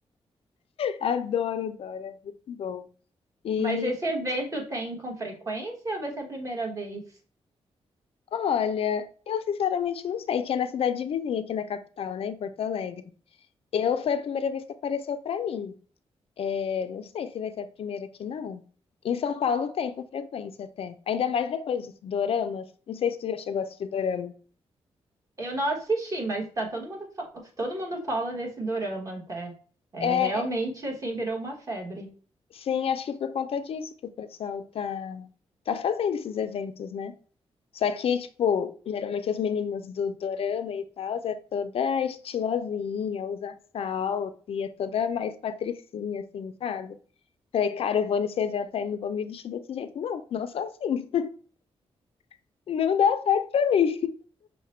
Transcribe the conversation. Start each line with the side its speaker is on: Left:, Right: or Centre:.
Left: Adoro, adoro, é muito bom. E
Right: Mas esse evento tem com frequência ou vai ser a primeira vez?
Left: olha, eu sinceramente não sei, que é na cidade vizinha, aqui na capital, né, em Porto Alegre. Eu foi a primeira vez que apareceu pra mim. É, não sei se vai ser a primeira aqui, não. Em São Paulo tem com frequência até. Ainda mais depois dos doramas. Não sei se tu já chegou a assistir dorama.
Right: Eu não assisti, mas tá todo mundo, fa- todo mundo fala desse dorama até. É,
Left: É,
Right: realmente, assim, virou uma febre.
Left: sim, acho que por conta disso que o pessoal tá, tá fazendo esses eventos, né? Só que, tipo, geralmente as meninas do dorama e tal, é toda estilosinha, usa salto e é toda mais patricinha, assim, sabe? Falei, cara, eu vou nesse evento aí, não vou me vestir desse jeito. Não, não sou assim. <laughs> Não dá certo pra mim.